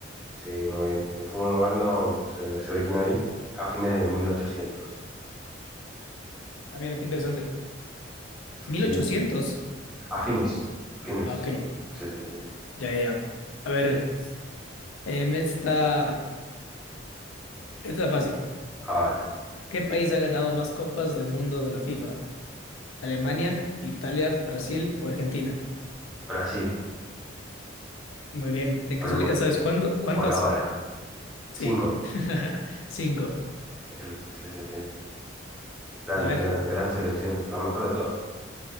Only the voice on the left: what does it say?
Ah, mira, qué interesante. Mil
ochocientos.
Ah, Ok,
ya, ya. ya. A ver, em, esta, esta fácil.
¿Qué país ha ganado más copas del mundo de la FIFA? ¿Alemania, Italia, Brasil o Argentina?
Muy bien. ¿De
casualidad sabes cuándo? ¿Cuántas?
Sí.
<laughs> Cinco.
A ver,